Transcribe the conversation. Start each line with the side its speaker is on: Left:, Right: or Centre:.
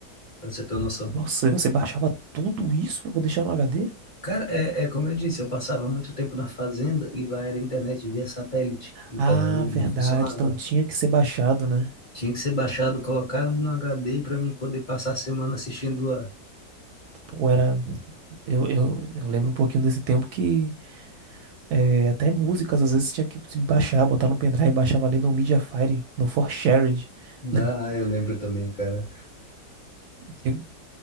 Left: pra você ter uma noção.
Right: Nossa, e você baixava tudo isso pra deixar no HD?
Left: Cara, é, é como eu disse, eu passava muito tempo na fazenda e lá era internet via satélite, então
Right: Ah, verdade.
Left: não funcionava.
Right: Então tinha que ser baixado, né?
Left: Tinha que ser baixado, colocado no HD para mim poder passar a semana assistindo
Right: Pô, era. Eu, eu, eu lembro um pouquinho desse tempo que é, até músicas às vezes tinha que se baixar, botar no pendrive, baixava ali no Mediafire, no ForShared. <laughs>
Left: Ah, eu lembro também, cara.
Right: De-